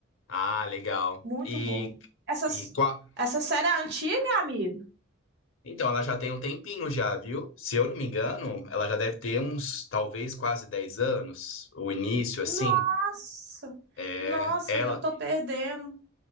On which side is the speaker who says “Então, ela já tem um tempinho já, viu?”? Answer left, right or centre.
Left